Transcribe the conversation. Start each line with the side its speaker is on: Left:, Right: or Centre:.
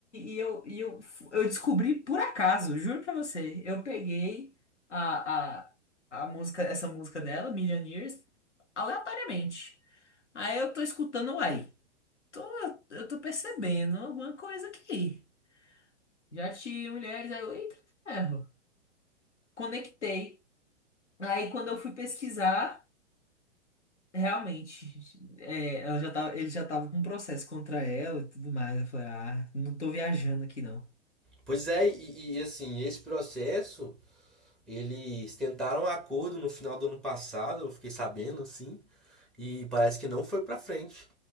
Left: e, e eu, e eu, eu descobri por acaso, juro pra você. Eu peguei a, a, a música, essa música dela, Millionaires, aleatoriamente. Aí eu tô escutando, aí tô, eu tô percebendo alguma coisa aqui. Já tive mulheres, aí eu, eita, ferro. Conectei. Aí quando eu fui pesquisar, realmente, é, ela já tava, ele já tava com um processo contra ela e tudo mais. Eu falei, ah, não tô viajando aqui não.
Centre: Pois é, e, e, assim, esse processo, eles tentaram um acordo no final do ano passado, eu fiquei sabendo assim, e parece que não foi para frente.